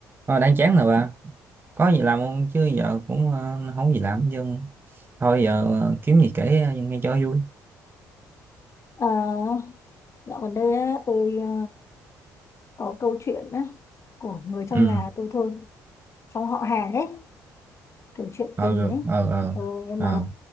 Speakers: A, on the right; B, on the left.
A: Ờ, đang chán rồi bà có gì làm không chứ giờ cũng ờ, không có gì làm nhưng thôi giờ ờ, kiếm gì kể ờ, nghe cho vui
B: À, dạo gần đây á, tôi à, có câu chuyện á, của người trong
A: ừ
B: nhà tôi thôi, trong họ hàng ấy, kiểu chuyện
A: ờ
B: tình
A: ừ,
B: ấy.
A: ờ ờ
B: Ừ, nhưng
A: ờ
B: mà